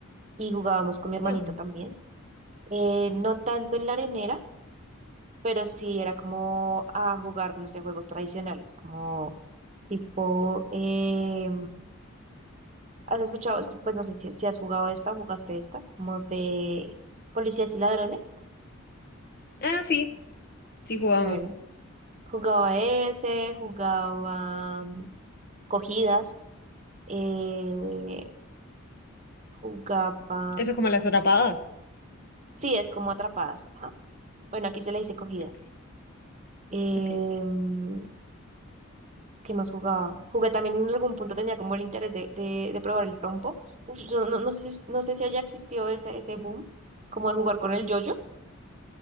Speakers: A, on the right; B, on the left.
A: y jugábamos con mi hermanito
B: No.
A: también. Eh, no tanto en la arenera, pero sí era como a jugar, no sé, juegos tradicionales, como Tipo, eh, ¿has escuchado? Pues no sé si, si has jugado esta o jugaste esta, como de policías y ladrones.
B: Ah, sí, sí jugábamos
A: Bueno, jugaba ese, jugaba mm, cogidas, eh, jugaba.
B: Eso es como las atrapadas.
A: Sí, es como atrapadas. Ajá. Bueno, aquí se le dice cogidas.
B: Ok,
A: Em,
B: ok.
A: ¿qué más jugaba? Jugué también en algún punto, tenía como el interés de, de, de probar el trompo. Uf, yo no, no sé si, no sé si haya existido ese, ese boom, como de jugar con el yoyo.